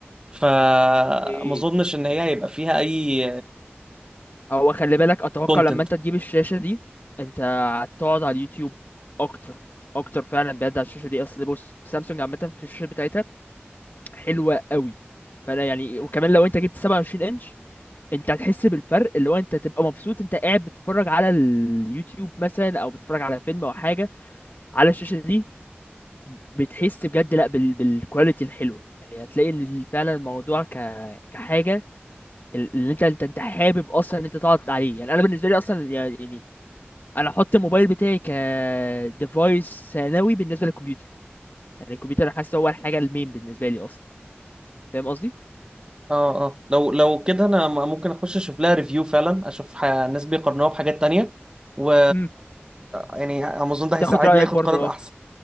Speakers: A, on the right (about 20°); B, on the left (about 50°).
A: فما
B: إيه؟
A: اظنش ان هي هيبقى فيها اي
B: هو خلي بالك اتوقع
A: كونتنت
B: لما انت تجيب الشاشة دي انت هتقعد على اليوتيوب اكتر اكتر فعلا بجد على الشاشة دي اصل بص سامسونج عامة في الشاشة بتاعتها حلوة قوي فانا يعني وكمان لو انت جبت 27 انش انت هتحس بالفرق اللي هو انت تبقى مبسوط انت قاعد بتتفرج على اليوتيوب مثلا او بتتفرج على فيلم او حاجة على الشاشة دي بتحس بجد لا بال... بالكواليتي الحلوة يعني هتلاقي ان فعلا الموضوع ك... كحاجة اللي انت انت انت حابب اصلا ان انت تقعد عليه يعني انا بالنسبه لي اصلا يعني انا احط الموبايل بتاعي ك ديفايس ثانوي بالنسبه للكمبيوتر يعني الكمبيوتر انا حاسه هو الحاجه المين بالنسبه لي اصلا فاهم قصدي
A: اه اه لو لو كده انا م- ممكن اخش اشوف لها ريفيو فعلا اشوف ح... ناس بيقارنوها بحاجات تانية و
B: امم
A: يعني امازون ده هيساعدني
B: تاخد رايك
A: اخد
B: برضو
A: قرار احسن
B: اه